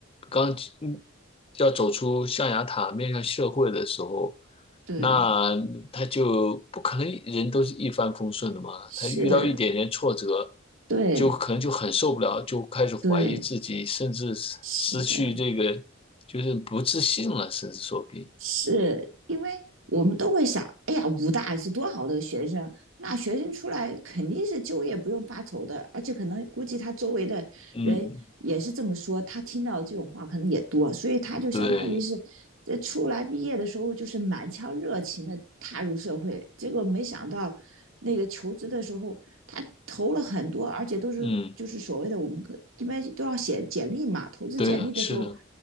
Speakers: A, on the left (about 25°); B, on the right (about 75°).
A: 刚嗯要走出象牙塔面向社会的时候，
B: 对。
A: 那他就不可能人都是一帆风顺的嘛。
B: 是，
A: 他遇到一点点挫折，
B: 对
A: 就可能就很受不了，就开始怀疑自己，
B: 对，
A: 甚至失失去这个
B: 是的，
A: 就是不自信了，甚至说不定。
B: 是因为我们都会想，哎呀，武大是多好的学生，那学生出来肯定是就业不用发愁的，而且可能估计他周围的人也是这么说，
A: 嗯，
B: 他听到这种话可能也多，所以他就相当于是，
A: 对，
B: 这出来毕业的时候就是满腔热情的踏入社会，结果没想到那个求职的时候，他投了很多，而且都是就是所谓的我们可一般都要写简历嘛，
A: 嗯，
B: 投资简历的时候，
A: 对啊，是的，